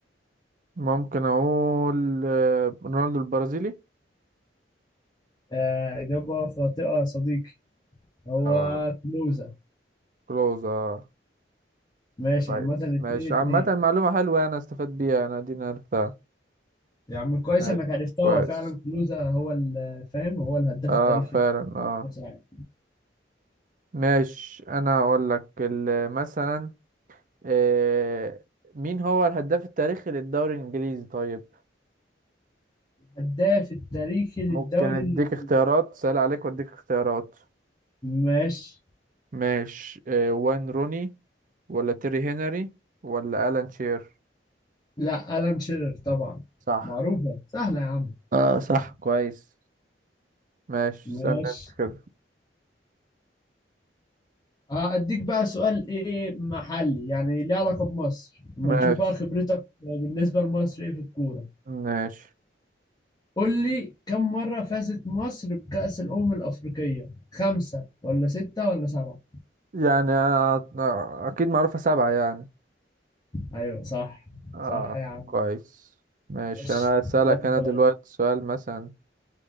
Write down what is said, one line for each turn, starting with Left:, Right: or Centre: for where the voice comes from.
Right: ممكن اقول آه، رونالدو البرازيلي
Left: آه إجابة خاطئة يا صديقي هو
Right: اه
Left: كلوزة
Right: كلوز اه
Left: ماشي
Right: كويس
Left: عامة اتنين
Right: ماشي
Left: اتنين
Right: عامة معلومة حلوة يعني، انا استفدت بيها انا دي عرفتها
Left: يا عم كويس
Right: ماشي
Left: انك عرفتها
Right: كويس
Left: هو فعلا كلوزة هو ال- فاهم هو الهداف
Right: اه
Left: التاريخي
Right: فعلا اه
Left: لكأس العالم
Right: ماشي انا اقول لك ال- مثلا آه مين هو الهداف التاريخي للدوري الانجليزي طيب
Left: الهداف التاريخي للدوري
Right: ممكن اديك
Left: الانجليزي
Right: اختيارات سهل عليك واديك اختيارات
Left: ماشي
Right: ماشي آه وين روني ولا تيري هنري ولا الان شير
Left: لا ألان شيرر طبعا
Right: صح
Left: معروفة سهلة يا عم
Right: اه صح كويس ماشي
Left: ماشي
Right: استنى انت كده
Left: هأديك بقى سؤال ايه محلي يعني ليه علاقة بمصر اما
Right: ماشي
Left: نشوف بقى خبرتك بالنسبة لمصر ايه في الكورة
Right: ماشي
Left: قول لي كم مرة فازت مصر بكأس الأمم الأفريقية؟ خمسة ولا ستة ولا سبعة؟
Right: يعني أنا أنا اكيد معروفة سبعة يعني
Left: أيوة صح
Right: اه
Left: صح يا عم
Right: كويس ماشي
Left: ماشي
Right: انا اسالك
Left: دلوقتي انت
Right: انا
Left: بقت
Right: دلوقتي سؤال مثلا